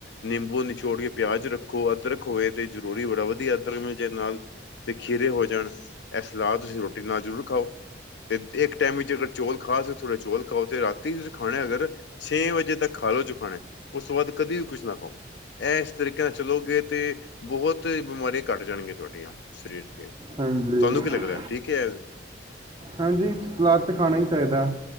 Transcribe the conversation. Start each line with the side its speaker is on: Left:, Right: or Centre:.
Left: ਨਿੰਬੂ, ਛੋੜ ਕੇ ਪਿਆਜ ਰੱਖੋ ਅਦਰਕ ਹੋਵੇ ਤੇ ਜ਼ਰੂਰੀ ਬੜਾ ਵਧੀਆ ਅਦਰਕ ਮਿਲ ਜਏ ਨਾਲ, ਤੇ ਖੀਰੇ ਹੋ ਜਾਣ ਇਹ ਸਲਾਦ ਤੁਸੀਂ ਰੋਟੀ ਨਾਲ ਜ਼ਰੂਰ ਖਾਓ। ਅਤੇ ਇੱਕ ਟਾਈਮ ਵਿੱਚ ਅਗਰ ਚੌਲ ਖਾ ਸਕੋ ਤੇ ਥੋੜ੍ਹਾ ਚੌਲ ਖਾਓ ਅਤੇ ਰਾਤੀ ਤੁਸੀਂ ਖਾਣਾ ਅਗਰ ਛੇ ਵਜੇ ਤੱਕ ਖਾ ਲਓ ਜੋ ਖਾਣਾ ਉਸ ਤੋਂ ਬਾਅਦ ਕਦੇ ਵੀ ਕੁਛ ਨਾ ਖਾਓ। ਇਹ ਇਸ ਤਰੀਕੇ ਨਾਲ ਚਲੋਗੇ ਤੇ ਬਹੁਤ ਬਿਮਾਰੀਆਂ ਘੱਟ ਜਾਣਗੀਆਂ ਤੁਹਾਡੀਆਂ ਸਰੀਰ ਦੀਆਂ।
Right: ਹਾਂਜੀ,
Left: ਤੁਹਾਨੂੰ ਕੀ ਲੱਗਦਾ ਰਿਹਾ ਠੀਕ ਹੈ ਇਹ।
Right: ਹਾਂਜੀ ਸਲਾਦ ਤਾਂ ਖਾਣਾ ਹੀ ਚਾਹੀਦਾ